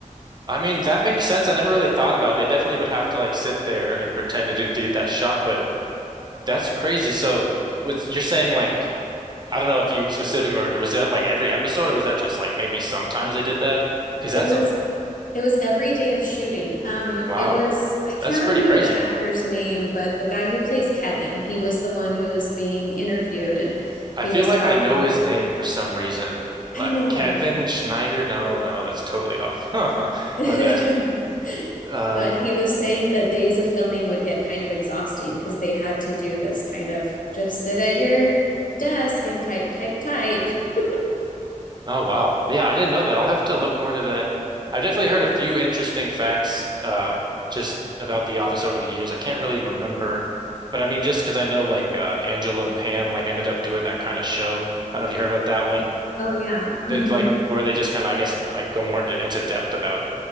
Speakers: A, on the right (about 30°); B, on the left (about 75°).
A: I mean, that makes sense. I never really thought about it. They definitely would have to like sit there and pretend to, do, to get that shot, but that's crazy. So was you're saying like I don't know if you specifically remember, was that like every episode or was that just like maybe sometimes they did that? Because
B: It
A: that's
B: was It was every day of shooting. Um,
A: Wow.
B: it was, I can't
A: That's pretty
B: remember
A: crazy.
B: the actor's name, but the guy who plays Kevin, he was the one who was being interviewed and
A: I
B: he
A: feel
B: was
A: like
B: talking.
A: I know his name for some reason. Like
B: I know.
A: Kevin Schneider. No, no, that's totally off. <laughs>
B: <laughs>
A: My bad. Uh,
B: But he was saying the days of filming would get kind of exhausting because they had to do this kind of just sit at your desk and type, type, type. <laughs>
A: oh wow. Yeah, I didn't know that. I'll have to look more into that. I've definitely heard a few interesting facts uh just about The Office over the years. I can't really remember, but I mean just because I know like uh Angela and Pam like ended up doing that kind of show. I don't know if you heard about that one.
B: Oh yeah.
A: That
B: hmm
A: like where they just kind of I guess like go more into, into depth about